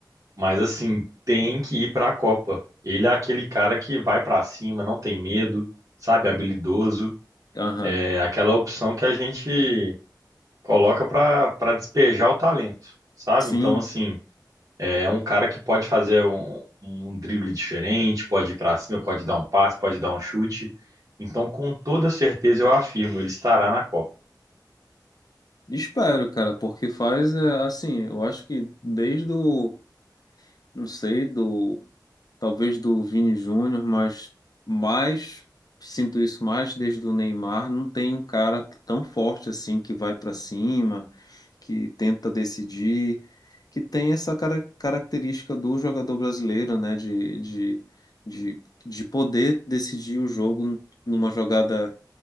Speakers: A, on the right; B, on the left.
A: mas assim, tem que ir para a Copa. Ele é aquele cara que vai para cima, não tem medo, sabe, habilidoso,
B: aham.
A: é aquela opção que a gente coloca para para despejar o talento, sabe?
B: Sim,
A: Então, assim, é é um cara que pode fazer um, um drible diferente, pode ir para cima, pode dar um passe, pode dar um chute. Então, com toda certeza, eu afirmo, ele estará na Copa.
B: espero, cara, porque faz é, assim, eu acho que desde o, não sei, do talvez do Vini Júnior, mas mais sinto isso mais desde o Neymar, não tem um cara tão forte assim que vai para cima, que tenta decidir, que tem essa cara- característica do jogador brasileiro, né, de, de, de, de poder decidir o jogo numa jogada